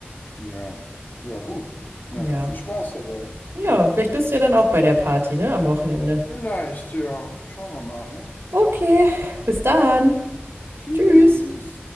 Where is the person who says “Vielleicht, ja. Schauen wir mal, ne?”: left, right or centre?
Left